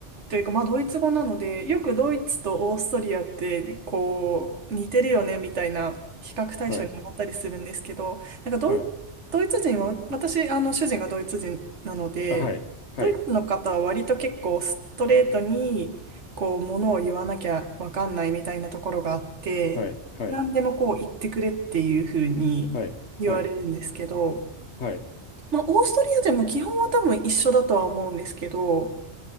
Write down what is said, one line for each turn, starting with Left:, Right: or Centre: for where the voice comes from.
Right: というか、まあドイツ語なので、よくドイツとオーストリアってこう似てるよねみたいな比較対象になったりするんですけど、
Left: はい、
Right: なんかドイ、
Left: はい、
Right: ドイツ人は、私、あの主人がドイツ人なので、
Left: あ、はい、はい、
Right: ドイツの方は割と結構ストレートにこうものを言わなきゃわかんないみたいなところがあって、
Left: はい、はい、
Right: 何でもこう言ってくれっていうふうに言われるんですけど、
Left: はい、はい、はい、
Right: まあ、オーストリア人も基本は多分一緒だとは思うんですけど、